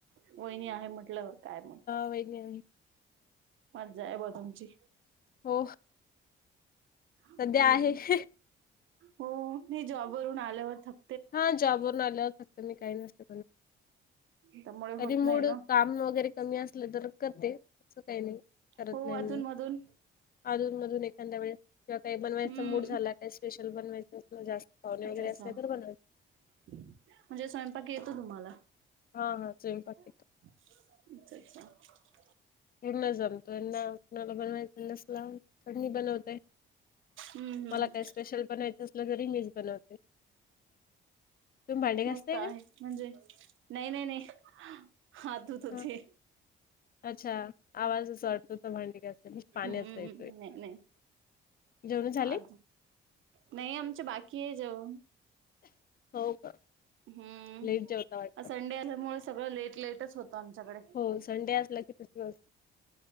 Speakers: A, on the right; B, on the left.
A: वहिणी आहे म्हटल्यावर काय मग
B: वहिनी आहे
A: मज्जा आहे भो तुमची.
B: हो.
A: हम्म
B: सध्या आहे ह.
A: हो मी जॉबवरून आल्यावर थक
B: हा जॉबवरून आलं फक्त मी काही नसत
A: त्यामुळे
B: कधी
A: होत
B: मूड
A: नाही ना
B: काम वगैरे कमी असले तर करते अस काही नाही करत
A: हो
B: नाही
A: अधून
B: म्हणून
A: मधून
B: अजून मधून एखाद्या वेळे किंवा काही बनवायचा
A: हम्म
B: मूड झाला काय स्पेशल बनवायच जास्त वगैर
A: अच्छा अच्छा
B: अस तर बन
A: म्हणजे स्वयंपाक येतो तुम्हाला?
B: हा हा <unintelligible>
A: <unintelligible>
B: अमेझॉम तोना आपला बनवायचं लस लाव कणी बनवतय.
A: हम्म हम्म
B: मला काही स्पेशल बनायचं असल तरी मीच बनवते. तुम्ही भांडे घासताय
A: मस्त आहे
B: का?
A: म्हणजे नाही नाही नाही हात धूत होती.
B: हा अच्छा आवाज वाटतो त भांडी घासताना पाण्याचा
A: हम्म
B: येतोय.
A: नाही नाही.
B: जेवण झाले?
A: आ नाही आमच्या बाकी आहे जेऊण.
B: हो का
A: हम्म
B: लेट जेवता वाटत.
A: संडे असल्यामुळे सगळ लेट लेटच होत आमच्याकडे
B: हो संडे असला की तसच